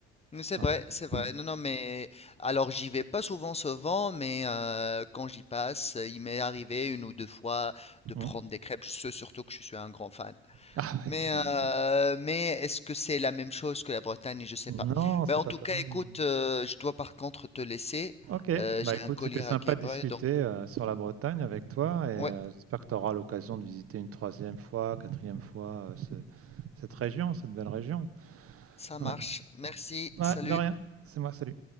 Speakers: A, on the left; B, on the right.
A: Mais C'est
B: Ouais.
A: vrai, c'est vrai.
B: Mmh.
A: Non, non, mais alors j'y vais pas souvent, souvent, mais euh, quand j'y passe, euh, il m'est arrivé une ou deux fois de prendre
B: Mmh.
A: des crêpes. Je sais surtout que je suis un grand fan.
B: Ah ouais,
A: Mais,
B: ouais.
A: euh, mais est-ce que c'est la même chose que la Bretagne? Je sais pas.
B: Non, c'est
A: Ben, en
B: pas
A: tout
B: pareil.
A: cas, écoute,
B: Mmh.
A: euh, je dois par contre te laisser.
B: OK.
A: Euh,
B: Bah,
A: j'ai
B: écoute,
A: un collier
B: c'était
A: à
B: sympa
A: qui
B: de discuter,
A: donc.
B: heu, sur la Bretagne avec toi et
A: Ouais,
B: heu, j'espère que tu auras l'occasion de visiter une troisième fois, quatrième fois, heu, ce cette région, cette belle région.
A: Ça marche.
B: Ouais.
A: Merci.
B: Ouais,
A: Salut.
B: de rien. C'est moi, salut.